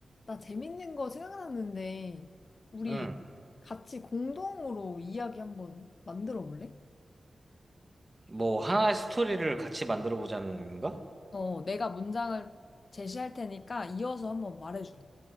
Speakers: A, on the left; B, on the right.
A: 나 재밌는 거 생각났는데, 우리
B: 응.
A: 같이 공동으로 이야기 한번 만들어 볼래?
B: 뭐, 하나의 스토리를 같이 만들어 보자는 건가?
A: 어, 내가 문장을 제시할 테니까 이어서 한번 말해줘.